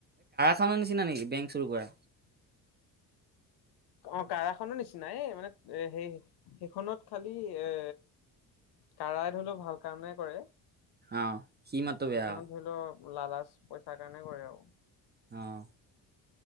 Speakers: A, on the right; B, on the left.
A: খানা নিচিনা নেকি? বেংক চুৰ কৰা
B: অ' কাৰাখনৰ নিচিনাই, মানে এ সেই-সেইখনত খালি এ, কাৰাই ধৰি লওক ভাল কামে কৰে।
A: অ'। সি মাতো বেয়া।
B: কিছুমানে ধৰি লও লালাচ, পইচাৰ কাৰণে কৰে আৰু।
A: অ',